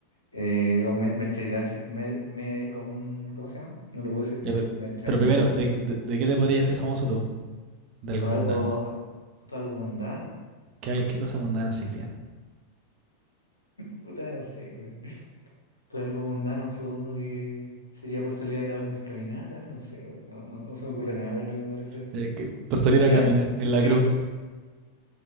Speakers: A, on the left; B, on the right.
A: Eh, con mer- merchandising, mer- me- con, ¿cómo se llama? No lo puedo decir bien.
B: Ya, pe-
A: Merchandising,
B: pero primero, ¿de, de, de qué te podrías ser famoso tú? De algo
A: por
B: mundano.
A: algo, ah, por algo mundano.
B: ¿Qué, al- qué cosa mundana haces bien?
A: Puta, no sé, güey. Por algo mundano, supongo que sería por salir a grabar mis caminatas, no sé, weón, no, no, no se me ocurre nada por lo que pueda hacer.
B: Eh, que- por
A: <laughs>
B: salir
A: Nada,
B: a caminar en la
A: <laughs>
B: cruz.